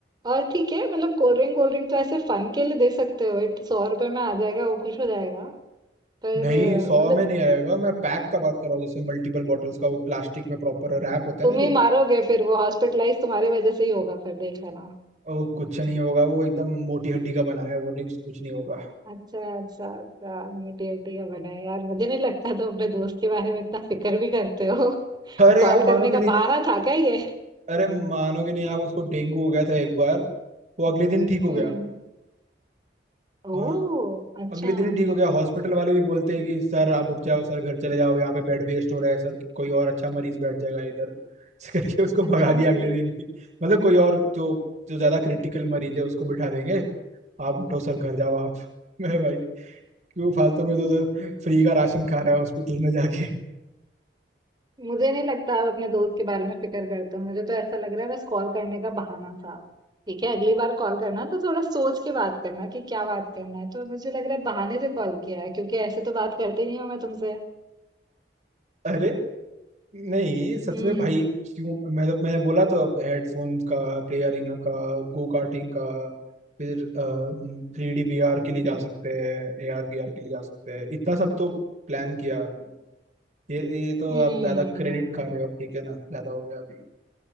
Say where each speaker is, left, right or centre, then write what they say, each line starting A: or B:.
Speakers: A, on the right; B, on the right.
A: और ठीक है मतलब कोल्ड ड्रिंक कोल्ड ड्रिंक तो ऐसे फन के लिए दे सकते हो इट सौ रुपए में आ जाएगा वो खुश हो जाएगा पर
B: नहीं
A: अ,
B: सौ
A: मतलब
B: में नहीं आएगा मैं पैक का बात कर रहा हूँ जिसमें मल्टीपल बॉटल्स का वो प्लास्टिक में प्रॉपर रैप होता है
A: तुम
B: ना
A: ही
B: जो
A: मारोगे फिर वो हॉस्पिटलाइज तुम्हारी वजह से ही होगा फिर देख लेना
B: ओ, कुछ नहीं होगा वो एकदम मोटी हड्डी का बनाया है वो नहीं उसको कुछ नहीं होगा
A: अच्छा अच्छा अच्छा मीठी मीठी का बना है यार मुझे नहीं लगता तुम अपने दोस्त के बारे में इतना फिक्र भी करते हो <laughs>
B: अरे
A: कॉल
B: आप मानोगे
A: करने
B: नहीं
A: का बहाना था क्या ये
B: अरे मानोगे नहीं आप उसको डेंगू हो गया था एक बार वो अगले दिन ठीक
A: हम्म
B: हो गया हाँ
A: ओह अच्छा
B: अगले दिन ही ठीक हो गया हॉस्पिटल वाले भी बोलते हैं कि सर आप उठ जाओ सर घर चले जाओ यहाँ पे बेड वेस्ट हो रहा है सर कोई और अच्छा मरीज बैठ जाएगा इधर <laughs> ऐसे करके उसको भगा
A: अच्छा
B: दिया
A: मनीष
B: अगले दिन ही मतलब कोई और जो जो ज्यादा क्रिटिकल मरीज है उसको बिठा देंगे आप उठो सर घर जाओ आप <laughs> मैं भाई क्यों फालतू में तो उधर फ्री का राशन खा रहा है हॉस्पिटल में जाके <laughs>
A: मुझे नहीं लगता आप अपने दोस्त के बारे में फिक्र करते हो मुझे तो ऐसा लग रहा है बस कॉल करने का बहाना था ठीक है अगली बार कॉल करना तो थोड़ा सोच के बात करना कि क्या बात करना है तो मुझे लग रहा है बहाने से कॉल किया है क्योंकि ऐसे तो बात करती नहीं हूँ मैं तुमसे
B: अरे नहीं सच
A: हम्म
B: में भाई क्यों मतलब मैं बोला तो अब हेडफोन का प्ले अरीना का गो कार्टिंग का फिर थ्री डी वी आर के लिए जा सकते हैं ए आर वी आर के लिए जा सकते हैं इतना सब तो प्लान किया ये ये तो
A: हम्म
B: आप ज्यादा क्रेडिट खा रहे हो अब ठीक है ना ज्यादा हो गया अभी